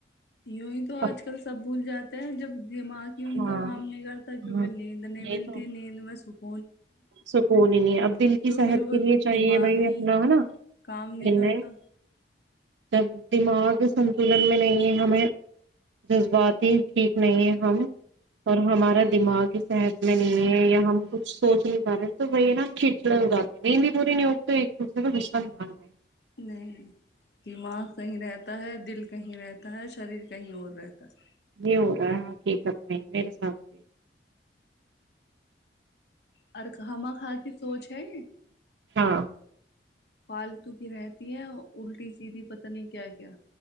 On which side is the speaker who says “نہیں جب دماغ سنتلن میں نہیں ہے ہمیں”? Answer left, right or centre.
Right